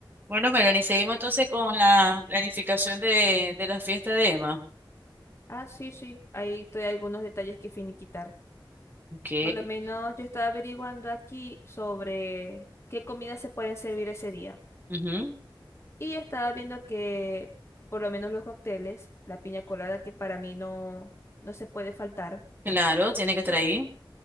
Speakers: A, on the right (about 25°); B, on the left (about 30°).
A: Bueno, Melanie, seguimos entonces con la planificación de, de la fiesta de Emma.
B: Ah, sí, sí, ahí hay algunos detalles que finiquitar.
A: Ok.
B: Por lo menos yo estaba averiguando aquí sobre qué comidas se pueden servir ese día.
A: ujú,
B: Y estaba viendo que por lo menos los cócteles, la piña colada que para mí no, no se puede faltar,
A: Claro, tiene que estar
B: Ujú.
A: ahí.